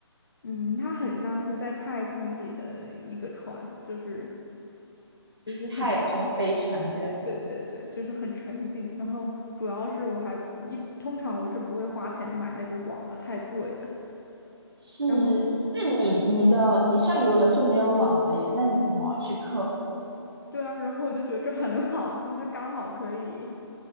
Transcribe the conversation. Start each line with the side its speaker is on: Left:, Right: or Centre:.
Left: 嗯，它很像是在太空里的一个船，就是就是很，
Right: 太空飞船这样。
Left: 对对对，就是很沉静。然后主要是我还一通常我是不会花钱买那个网了，太贵了。
Right: 是，
Left: 然后
Right: 那你你的你上游轮就没有网了耶？那你怎么去克服？
Left: 对啊，然后我就觉得这很好，就是刚好可以。